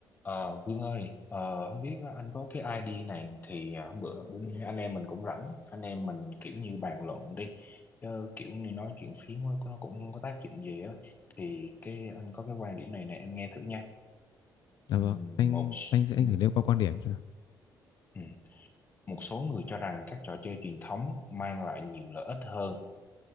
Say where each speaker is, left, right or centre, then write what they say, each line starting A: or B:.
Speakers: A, on the left; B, on the left.
A: Ờ, Vương ơi, ờ, không biết anh có cái ID này thì ờ, hôm bữa bữa anh em mình cũng rảnh, anh em mình kiểu như bàn luận đi, chứ kiểu như nói chuyện phím á, nó cũng không có tác dụng gì á, thì cái anh có cái quan điểm này nè em nghe thử nha.
B: Dạ
A: Ừm,
B: vâng, anh
A: một s-
B: anh
A: ừm,
B: anh thử nêu qua quan điểm cho nào.
A: ừm. một số người cho rằng các trò chơi truyền thống mang lại nhiều lợi ích hơn